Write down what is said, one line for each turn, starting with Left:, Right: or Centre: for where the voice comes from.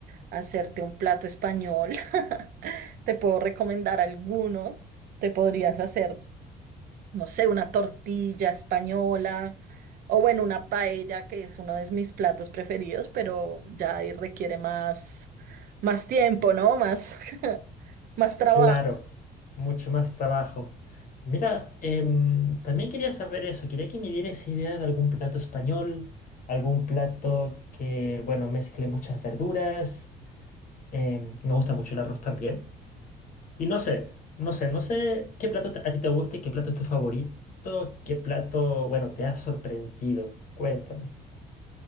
Right: hacerte un plato español. <laughs> Te puedo recomendar algunos. Te podrías hacer. no sé, una tortilla española o bueno, una paella, que es uno de mis platos preferidos, pero ya ahí requiere más, más tiempo, ¿no? Más, <laughs> más trabajo.
Left: Claro, mucho más trabajo. Mira, em, también quería saber eso, quería que me dieras idea de algún plato español, algún plato que, bueno, mezcle muchas verduras. em, me gusta mucho el arroz también. Y no sé, no sé, no sé qué plato te- a ti te gusta y qué plato es tu favorito, qué plato, bueno, te ha sorprendido. Cuéntame.